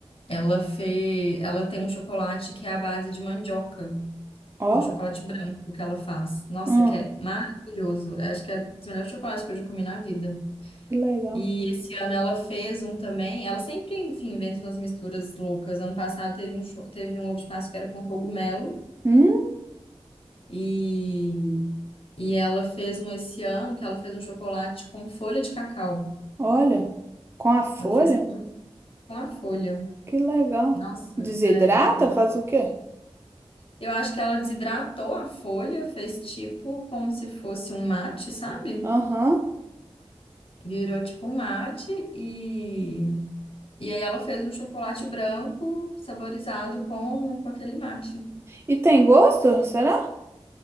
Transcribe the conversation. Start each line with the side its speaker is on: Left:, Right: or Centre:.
Left: ela fez. Ela tem um chocolate que é à base de mandioca.
Right: Ó,
Left: É um chocolate branco que ela faz. Nossa,
Right: hum,
Left: que é maravilhoso. Acho que é o melhor chocolate que eu já comi na vida.
Right: que legal.
Left: E esse ano ela fez um também. Ela sempre, enfim, inventa umas misturas loucas. Ano passado teve um, cho- teve um ovo de Páscoa que era com cogumelo.
Right: Hum,
Left: E, e ela fez um esse ano que ela fez um chocolate com folha de cacau.
Right: olha, com a folha.
Left: Ela fez com, com a folha.
Right: Que legal.
Left: Nossa,
Right: Desidrata?
Left: é, ela-
Right: Faz o quê?
Left: eu acho que ela desidratou a folha, fez tipo como se fosse um mate, sabe?
Right: Aham.
Left: Virou tipo um mate e, e aí ela fez um chocolate branco saborizado com, com aquele mate.
Right: E tem gosto? Será?